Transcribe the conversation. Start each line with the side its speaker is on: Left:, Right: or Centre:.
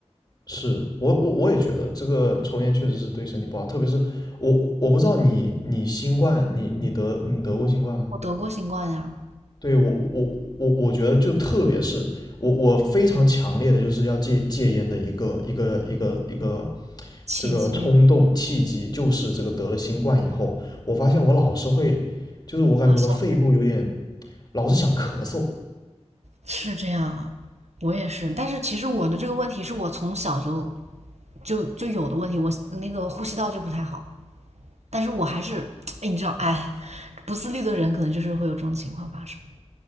Left: 是我我我也觉得这个抽烟确实是对身体不好，特别是我我不知道你你新冠你你得你得过新冠吗？
Right: 我得过新冠呀，
Left: 对我我我我觉得就特别是我我非常强烈的就是要戒戒烟的一个一个一个一个
Right: 气急
Left: 这个冲动契机，就是这个得了新冠以后，我发现我老是会，就是我感觉我的肺部有点
Right: 咳嗽。
Left: 老是想咳嗽，
Right: 是这样啊，我也是。但是其实我的这个问题是我从小就就就有的问题，我那个呼吸道就不太好。但是我还是，哎，你知道，哎，不自律的人可能就是会有这种情况发生